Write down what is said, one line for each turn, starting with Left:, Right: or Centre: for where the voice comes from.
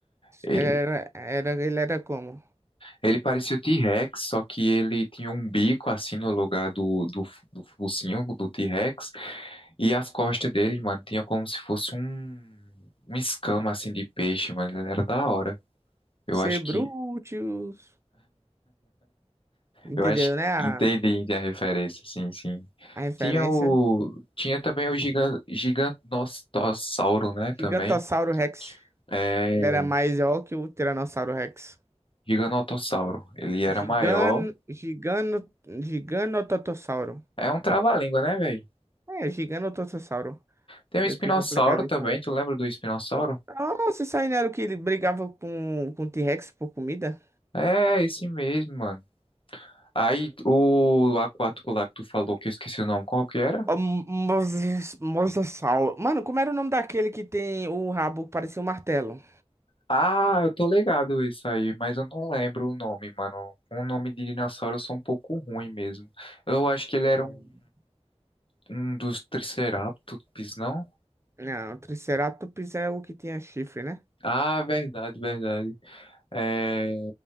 Left: Ele,
Right: era, era, ele era como?
Left: Ele parecia o T-Rex, só que ele tinha um bico assim no lugar do, do, f- do focinho do T-Rex. E as costas dele, mano, tinha como se fosse um, um escama assim de peixe, mano. Ele Era da hora. Eu
Right: Cebrúteos.
Left: acho que.
Right: Entendeu,
Left: Eu acho
Right: né? A,
Left: que entendi a referência, sim, sim.
Right: a referência.
Left: Tinha o. Tinha também o giga, gigantossauro, né? Também.
Right: Gigantossauro Rex.
Left: É.
Right: Ele era maior que o Tiranossauro Rex.
Left: Giganotossauro. Ele era
Right: Gigan,
Left: maior.
Right: gigano, giganototossauro.
Left: É um trava-língua, né, velho?
Right: É, giganototossauro.
Left: Tem
Right: Meio
Left: o espinossauro
Right: que complicado de
Left: também.
Right: falar.
Left: Tu lembra do espinossauro?
Right: Nossa, isso aí não era o que ele brigava com, com o T-Rex por comida?
Left: É, esse mesmo, mano. Aí, o aquático lá que tu falou, que eu esqueci o nome, qual que era?
Right: Ah, Moses, Mosasaur. Mano, como era o nome daquele que tem o rabo que parecia um martelo?
Left: Ah, eu tô ligado isso aí, mas eu não lembro o nome, mano. O nome de dinossauro eu sou um pouco ruim mesmo. Eu acho que ele era
Right: Hum.
Left: um, um dos Triceratops, não?
Right: Não, o Triceratops é o que tinha chifre, né?
Left: Ah, verdade, verdade. É,